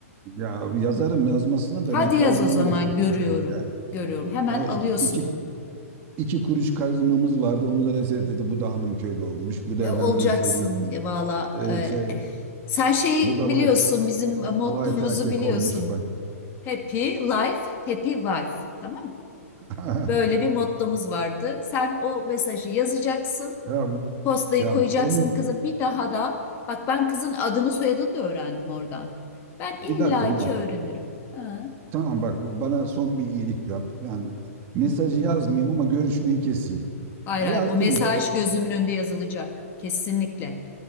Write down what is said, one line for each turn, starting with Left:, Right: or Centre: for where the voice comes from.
Right: Ya yazarım yazmasına da
Left: Hadi
Right: ben karizmayı
Left: yaz o zaman
Right: resetleyeceğiz
Left: görüyorum.
Right: ya.
Left: Görüyorum. Hemen
Right: Vallahi
Left: alıyorsun.
Right: iki, iki, iki kuruş karizmamız vardı. Onu da reset Bu da hanım köylü olmuş. Bu da
Left: E, olacaksın
Right: efendime söyleyeyim.
Left: ya valla.
Right: Ee,
Left: E,
Right: şey,
Left: eh. sen şeyi
Right: bu da
Left: biliyorsun,
Right: light,
Left: bizim e, mottomuzu
Right: light erkek
Left: biliyorsun.
Right: olmuş bak.
Left: Happy life, happy wife. Tamam mı?
Right: <laughs>
Left: Böyle bir mottomuz vardı. Sen o mesajı yazacaksın,
Right: Ya,
Left: postayı
Right: ya
Left: koyacaksın
Right: onu
Left: kıza. Bir daha da bak ben kızın adını soyadını da öğrendim oradan. Ben
Right: bir
Left: illaki
Right: dakika bir dakika.
Left: öğrenirim. Ha.
Right: Tamam bak bana son bir iyilik yap. Yani mesajı
Left: Hı.
Right: yazmayayım ama görüşmeyi keseyim.
Left: Hayır
Right: Ya
Left: hayır
Right: yazdın
Left: o mesaj
Right: mı bak.
Left: gözümün önünde yazılacak kesinlikle.